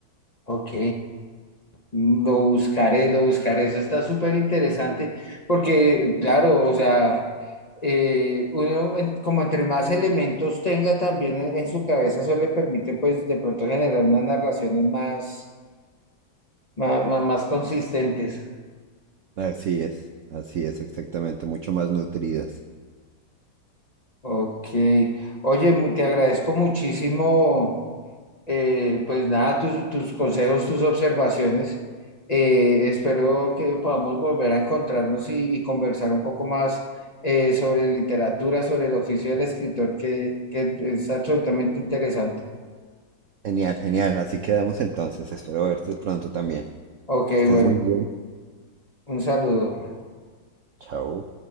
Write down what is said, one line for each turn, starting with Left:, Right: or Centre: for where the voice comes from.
Left: ok. Lo buscaré, lo buscaré. Eso está súper interesante porque, claro, o sea, eh, uno en- como entre más elementos tenga también en, en su cabeza, eso le permite pues de pronto generar unas narraciones más, más, más, más consistentes.
Right: Así es, así es, exactamente. Mucho más nutridas.
Left: Ok. Oye, mu- te agradezco muchísimo. Eh, pues nada, tus, tus consejos, tus observaciones. Eh, espero que podamos volver a encontrarnos y, y conversar un poco más eh, sobre literatura, sobre el oficio del escritor, que, que es absolutamente interesante.
Right: Genial, genial. Así quedamos entonces. Espero verte pronto también.
Left: Ok,
Right: Que estés
Left: bueno,
Right: muy bien.
Left: un saludo.
Right: Chao.